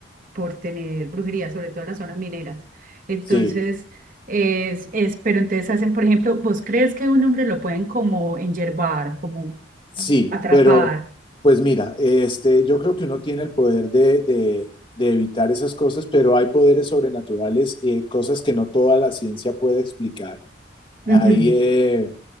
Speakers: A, on the right (about 45°); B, on the left (about 30°).
A: por tener brujería, sobre todo en las zonas mineras. Entonces,
B: Sí.
A: es, es, pero entonces hacen, por ejemplo, ¿vos crees que un hombre lo pueden como enyervar, como
B: Sí,
A: atrapar?
B: pero pues mira, este, yo creo que uno tiene el poder de, de- de evitar esas cosas, pero hay poderes sobrenaturales, eh, cosas que no toda la ciencia puede explicar. Ahí
A: Ujú,
B: eh,